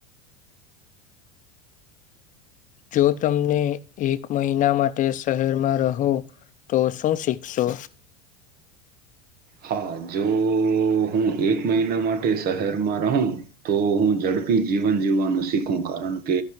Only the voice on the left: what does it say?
જો તમને એક મહિના માટે શહેરમાં રહો- - તો શું શીખશો?